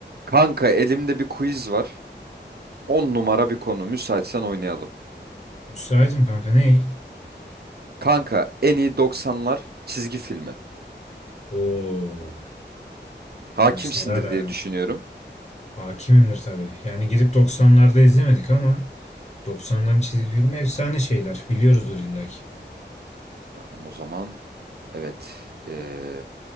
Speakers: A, on the right; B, on the left.
A: Kanka elimde bir quiz var. 10 numara bir konu. Müsaitsen oynayalım.
B: Müsaitim kanka ney?
A: Kanka en iyi doksanlar çizgi filmi.
B: Oo,
A: Hakimsindir
B: onu sarar
A: diye
B: ha.
A: düşünüyorum.
B: Hakimimdir tabii. Yani gidip doksanlarda izlemedik ama doksanların çizgi filmi efsane şeyler. Biliyoruzdur illaki.
A: Tamam o zaman. Evet. Ee,